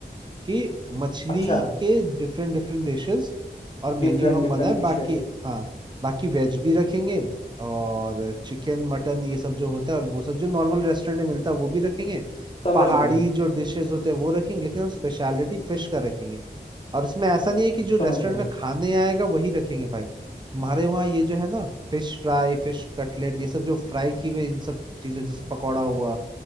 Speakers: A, on the right; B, on the left.
A: कि मछली
B: अच्छा
A: के डिफरेंट डिफरेंट डिशेस और मेन्यू
B: Different
A: हम
B: different
A: बनाए बाकी
B: dishes
A: हाँ बाकी वेज भी रखेंगे और चिकन मटन ये सब जो होता है और वो सब जो नॉर्मल रेस्टोरेंट में मिलता है वो भी रखेंगे
B: समझ
A: पहाड़ी
B: गया
A: जो डिशेस होते हैं वो रखेंगे लेकिन हम स्पेशलिटी फिश का रखेंगे और इसमें ऐसा नहीं है कि जो रेस्टोरेंट
B: समझ गया
A: में खाने आएगा वही रखेंगे भाई तुम्हारे वहाँ ये जो है ना फिश फ्राई फिश कटलेट ये सब जो फ्राई की हुई इन सब चीजों जैसे पकौड़ा हुआ